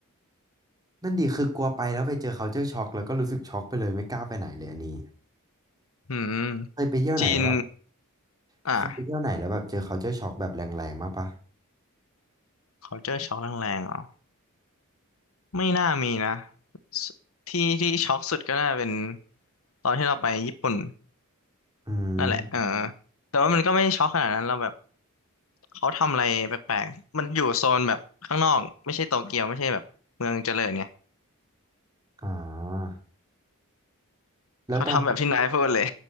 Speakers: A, on the right; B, on the left.
A: นั่นดีคือกลัวไปแล้วไปเจอเขาเจอช็อกแล้วก็รู้สึกช็อกไปเลยไม่กล้าไปไหนเลยอันนี้
B: มอืม
A: เคยไปเที่ยวไหนแล้วแบบ
B: จีนอ่ะ
A: เคยไปเที่ยวไหนแล้วแบบเจอเขาเจอช็อกแบบแรงๆมากปะ
B: culture shock แรงๆเหรอไม่น่ามีนะสที่ที่ช็อกสุดก็น่าเป็นตอนที่เราไปญี่ปุ่น
A: อืม
B: นั่นแหละเออแต่ว่ามันก็ไม่ช็อกขนาดนั้นเราแบบเขาทำอะไรแปลกๆมันอยู่โซนแบบข้างนอกไม่ใช่โตเกียวไม่ใช่แบบเมืองเจริญไง
A: อ่าแล้วตอน
B: เขาทำแบบที่นายพูดเลย